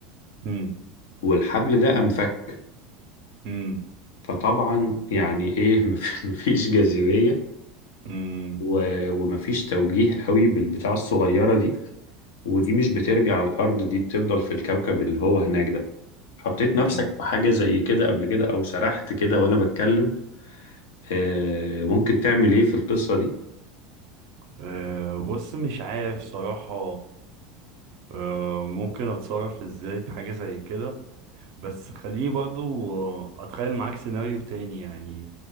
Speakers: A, on the right (about 60°); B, on the left (about 80°).
A: مم.
B: والحبل ده أنفك
A: مم.
B: فطبعا يعني ايه <laughs> مف- مفيش جاذبية
A: مم.
B: و- ومفيش توجيه قوي بالبتاعة الصغيرة دي ودي مش بترجع الأرض دي بتفضل في الكوكب اللي هو هناك ده حطيت نفسك
A: مم.
B: في حاجة زي كده قبل كده أو سرحت كده وأنا بتكلم آه ممكن تعمل إيه في القصة دي؟
A: أه <laughs> بص مش عارف صراحة أه ممكن اتصرف ازاي في حاجة زي كده بس خليني برضو آه، اتخيل معاك سيناريو تاني يعني